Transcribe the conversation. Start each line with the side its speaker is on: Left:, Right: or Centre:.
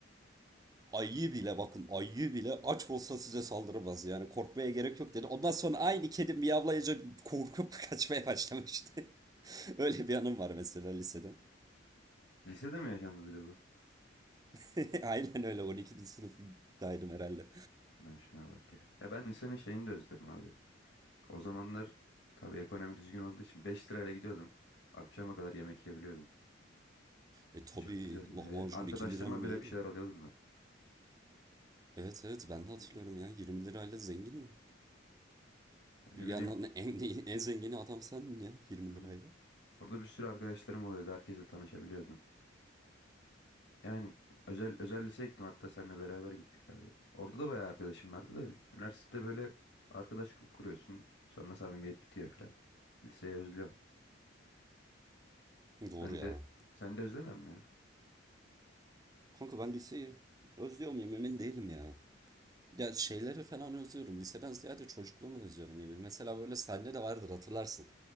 Right: ayı bile bakın ayı bile aç olsa size saldırmaz yani korkmaya gerek yok dedi. Ondan sonra aynı kedi miyavlayınca korkup <laughs> kaçmaya başlamıştı. <laughs> Öyle bir anım var mesela lisede.
Left: Lisede mi yaşandı bir de bu?
Right: <laughs> Aynen öyle 12. sınıftaydım herhalde.
Left: Lan şuna bak ya. Ya ben lisenin şeyini de özlerim abi. O zamanlar tabii ekonomi düzgün olduğu için 5 lirayla gidiyordum. Akşama kadar yemek yiyebiliyordum.
Right: E tabii
Left: O çok güzeldi.
Right: lahmacun
Left: He, arkadaşlarıma
Right: 2 lira mı
Left: bile
Right: neydi?
Left: bir şeyler alıyordum da.
Right: Evet evet ben de hatırlıyorum
Left: Hı hı.
Right: ya 20 lirayla zengindin.
Left: Ya
Right: Dünyanın
Left: ne bileyim.
Right: en, en zengini adam sendin ya 20
Left: hmm,
Right: lirayla.
Left: Orada bir sürü arkadaşlarım oluyordu. Herkesle tanışabiliyordum. Yani özel özel liseye gittim. Hatta seninle beraber gittik abi. Orada da bayağı arkadaşım vardı da li- üniversitede böyle arkadaşlık kuruyorsun. Sonra samimiyet bitiyor falan. Liseyi özlüyorum.
Right: Doğru
Left: Sen
Right: ya.
Left: de sen de özlemiyor musun ya?
Right: Kanka ben liseyi özlüyor muyum emin değilim ya. Ya şeyleri falan özlüyorum. Liseden ziyade çocukluğumu özlüyorum gibi. Mesela böyle sende de vardır hatırlarsın.